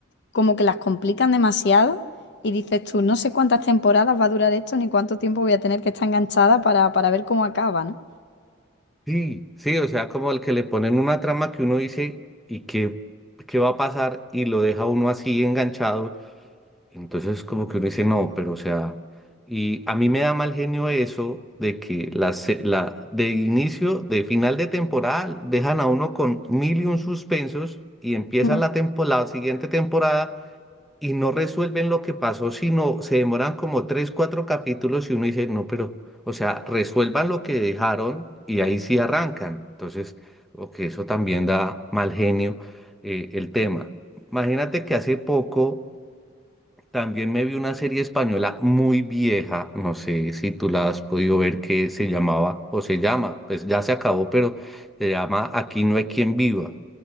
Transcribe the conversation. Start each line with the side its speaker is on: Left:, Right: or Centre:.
Left: como que las complican demasiado y dices tú, no sé cuántas temporadas va a durar esto ni cuánto tiempo voy a tener que estar enganchada para, para ver cómo acaba, ¿no?
Centre: Sí, sí, o sea, como el que le ponen una trama que uno dice y que qué va a pasar y lo deja uno así enganchado. Entonces como que uno dice, no, pero o sea, y a mí me da mal genio eso de que la, se- la de inicio, de final de temporada, dejan a uno con mil y un suspensos y empieza
Left: Mm.
Centre: la temporada, la siguiente temporada y no resuelven lo que pasó, sino se demoran como tres, cuatro capítulos y uno dice, no, pero, o sea, resuelvan lo que dejaron y ahí sí arrancan. Entonces, o que eso también da mal genio eh, el tema. Imagínate que hace poco también me vi una serie española muy vieja, no sé si tú la has podido ver, que se llamaba, o se llama, pues ya se acabó, pero se llama Aquí no hay quien viva.